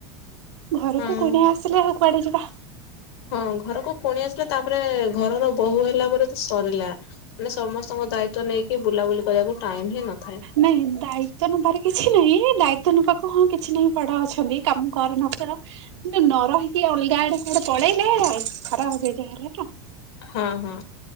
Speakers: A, on the right (about 80°); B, on the left (about 65°).
A: ଘରକୁ
B: ହଁ
A: କୁଣିଆ ଆସିଲେ ଅଉ କୁଆଡେ ଯିବା।
B: ହଁ ଘରକୁ ପୁଣି ଆସିଲେ ତାପରେ ଘରର ବୋହୂ ହେଲା ପରେ ତ ସରିଲା। ମାନେ ସମସ୍ତଙ୍କ ଦାୟିତ୍ବ ନେଇକି ବୁଲାବୁଲି କରିବାକୁ ଟାଇମ ହିଁ ନଥାଏ।
A: ନାଇଁ ଦାୟିତ୍ବ ନବାରେ କିଛି ନାଇଁ ଦାୟିତ୍ବ ନବାକୁ ହଁ କିଛି ନାଇଁ ପଡା ଅଛନ୍ତି କାମ କର ନ କର କିନ୍ତୁ ନ ରହିକି ଅଲଗା ଆଡେ କୁଆଡେ ପଳେଇଲେ ଆଉ ଖରାପ ଭାବିବେ ଯା ହେଲେ ତ।
B: ହଁ ହଁ।